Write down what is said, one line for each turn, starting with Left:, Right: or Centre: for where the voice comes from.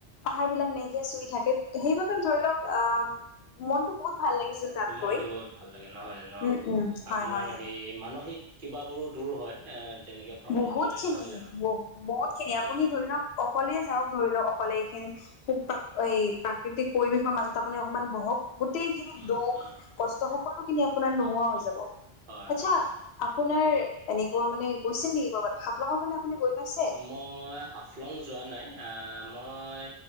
Left: পাহাৰবিলাক মেঘে চুই থাকে সেইবাবে ধৰি লওক আহ মনটো বহুত ভাল লাগিছিল তাত
Right: মনটো
Left: গৈ,
Right: বহুত ভাল লাগে নহয় জানো
Left: উম
Right: অ
Left: উম হয়
Right: আপোনাৰ
Left: হয়।
Right: সেই মানসিক কিবাবোৰো দূৰ হয়। এ তেনেকে ভ্ৰমণ
Left: বহুতখিনি
Right: কৰিলে নহয় জানো
Left: ব বহুতখিনি
Right: ত
Left: আপুনি ধৰি লওক অ কলে যাওক ধৰি লওক অকলে এইখিনি খুব তাত এই প্ৰাকৃতিক পৰিৱেশৰ মাজত আপুনি অকমান বহক গোটেইখিনি
Right: উম
Left: দুখ,
Right: উম
Left: কষ্ট সকলোখিনি আপোনাৰ
Right: হ-
Left: নোহোৱা হৈ
Right: হ-
Left: যাব
Right: হয়
Left: আচ্ছা
Right: হয় হয়
Left: আপ পোনাৰ এনেকুৱা মানে গৈছে নেকি ক'বাত হাফলঙৰ ফালে আপুনি গৈ পাইছে
Right: মই মই হাফলং যোৱা নাই আহ মই,